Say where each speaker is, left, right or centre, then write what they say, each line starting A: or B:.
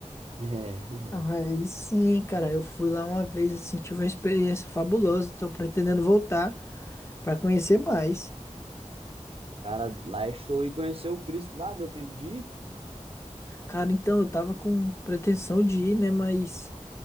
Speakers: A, on the right (about 50°); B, on the left (about 20°).
A: É, <laughs>
B: Aí
A: é.
B: sim, cara. Eu fui lá uma vez, assim, tive uma experiência fabulosa. Tô pretendendo voltar pra conhecer mais.
A: Cara, lá é show. E conhecer o Cristo lá, deu tempo de ir?
B: Cara, então eu tava com pretensão de ir, né? Mas.